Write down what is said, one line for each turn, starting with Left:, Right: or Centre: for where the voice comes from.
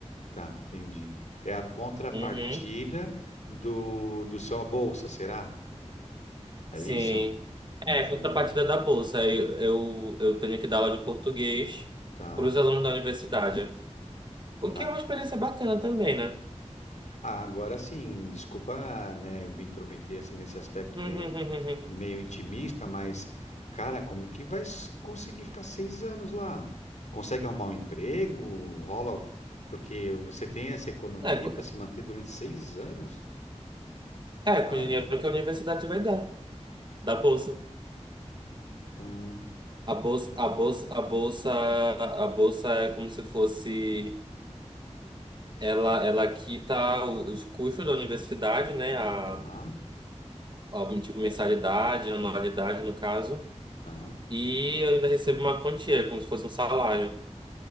Left: Tá, entendi. É a contrapartida
Right: Uhum.
Left: do do seu a bolsa, será? É
Right: Sim.
Left: isso?
Right: É,
Left: Ah,
Right: contrapartida da bolsa. Eu, eu, eu tenho que dar aula de português
Left: tá,
Right: para os alunos da universidade. O
Left: tá.
Right: que é uma experiência bacana também, né?
Left: Ah, agora sim, desculpa, né, eu me intrometer assim nesse aspecto
Right: <laughs>
Left: meio, meio intimista, mas, cara, como que vai s- conseguir ficar seis anos lá? Consegue arrumar um emprego? Rola, o- porque você tem essa economia
Right: É, co-
Left: para se manter durante seis anos?
Right: é, com
Left: Cara,
Right: o dinheiro que a universidade vai dar, da bolsa.
Left: ah,
Right: A bolsa, a bolsa, a bolsa, a bolsa é como se fosse ela, ela quita o- os custos da universidade, né? A,
Left: tá,
Right: a tipo mensalidade, anualidade no caso.
Left: tá.
Right: E eu ainda recebo uma quantia, como se fosse um salário.